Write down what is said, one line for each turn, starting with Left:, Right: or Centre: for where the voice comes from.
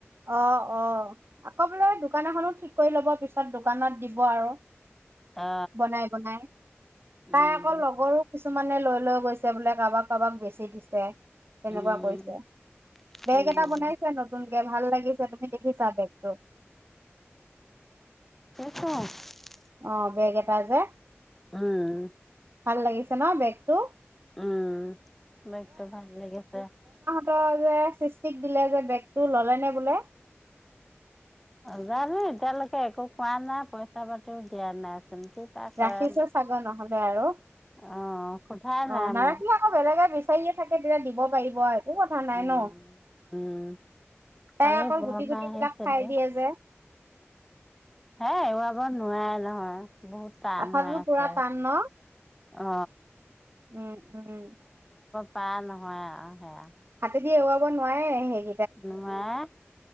Right: অ, অ, আকৌ বোলে দোকান এখনো ঠিক। কৰি লব পিছত দোকানত দিব আৰু।
Centre: অ
Right: বনাই বনাই, তাই
Centre: উম
Right: আকৌ লগৰো কিছুমানে লৈ লৈ গৈছে বোলে, কাৰোবাক কাৰোবাক বেছি দিছে। তেনেকুৱা
Centre: উম
Right: কৈছে, বেগ
Centre: উম
Right: এটা বনাইছে নতুন। ভাল লাগিছে তুমি দেখিছা বেগটো।
Centre: অ।
Right: অ বেগ এটাজে।
Centre: উম।
Right: ভাল লাগিছে ন বেগটো।
Centre: উম বেগটো ভাল লাগিছে।
Right: তই যে সৃষ্টিক দিলে যে বেগটো ললে নে বোলে।
Centre: নাজানো এতিয়ালৈকে একো কোৱা নাই পইচা পাতিও দিয়া নাই তেনেকে পাৰ কৰে
Right: ৰাখিছে চাগৈ নহ'লে আৰু
Centre: অ সোধা
Right: অ
Centre: নাই
Right: নাৰাখিলে
Centre: মই।।
Right: আকৌ বেলেগে বিচাৰিয়ে থাকে তেতিয়া দিব পাৰিব। একো কথা নাই
Centre: উম
Right: ন
Centre: উম কালি
Right: তাই অকল
Centre: বৰমা
Right: গুটি গুটি
Centre: আহিছিলে
Right: বিলাক খাই দিয়ে যে।
Centre: হে এৰুৱাব নোৱাৰে নহয়। বহুত টান
Right: আঠাটো
Centre: হৈ আছে
Right: পুৰা টান ন?
Centre: অ
Right: উম উম
Centre: পায় নহয় আৰু সেয়া।
Right: হাতেদি এওৱাব নোৱাৰে এ সে
Centre: নোৱাৰে